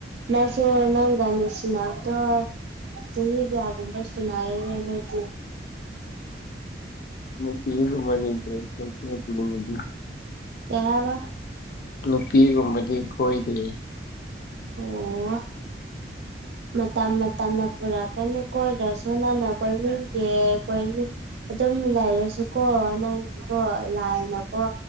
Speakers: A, on the right; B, on the left.
A: ꯅꯁꯨ ꯅꯪ ꯅꯨꯡꯁꯤꯅꯕꯗꯣ ꯆꯍꯤ ꯀꯌꯥꯒꯨꯝꯕ ꯁꯅꯔꯦꯅꯗꯤ
B: ꯐꯤꯃ ꯏꯇ꯭ꯔꯦ ꯁ ꯐꯗꯤ
A: ꯀꯕ
B: ꯅꯨꯄꯤꯒꯨꯝꯕꯗꯤ ꯀꯣꯏꯗ
A: ꯑꯣ ꯃꯇꯝ ꯃꯇꯝꯅ ꯄꯨꯔꯛꯀꯅꯤ ꯀꯣꯏꯔꯁꯨ ꯅꯅ ꯀꯣꯏꯦ ꯑꯗꯨꯝ ꯂꯩꯔꯁꯨꯀꯣ ꯅꯪꯒꯤꯕꯣ ꯂꯥꯏꯅꯀꯣ